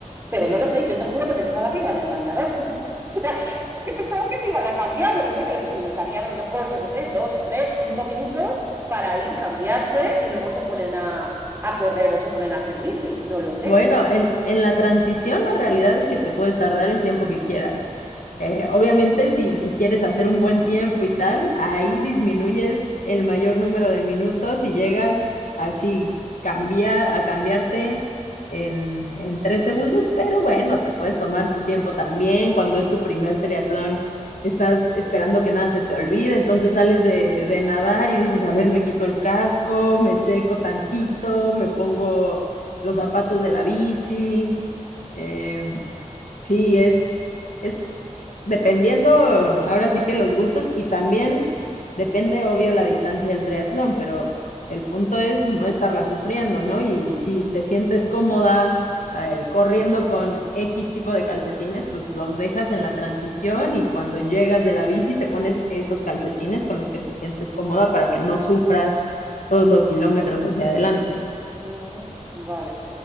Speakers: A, on the right (about 20°); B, on the left (about 75°).
A: Pero
B: sí.
A: no lo sé, yo te juro que pensaba que iba en el bañador. <laughs> O sea, que pensaba que se iban a cambiar, yo que sé, que le- pues, les darían a lo mejor, yo que sé, dos, tres, cinco minutos para ir, cambiarse y luego se ponen a, a correr o se ponen a hacer bici, no lo sé.
B: Bueno, en, en la transición la realidad es que te puedes tardar el tiempo que quieras. Eh, obviamente, si, si quieres hacer un buen tiempo y tal, ahí disminuyes el mayor número de minutos y llegas así cambiar, a cambiarte en, en tres segundos, pero bueno, te puedes tomar tu tiempo también. Cuando es tu primer triatlón, estás esperando que nada se te olvide, entonces sales de, de nadar y dices, a ver, me quito el casco, me seco tantito, me pongo los zapatos de la bici. Eh, sí, es, es dependiendo, ahora sí que los gustos y también depende, obvio, la distancia del triatlón, pero el punto es no estarla sufriendo, ¿no? Y si te sientes cómoda eh, corriendo con X tipo de calcetines, pues los dejas en la transición y cuando llegas de la bici te pones esos calcetines con los que te sientes cómoda para que no sufras todos los kilómetros hacia adelante.
A: Ujú, vale.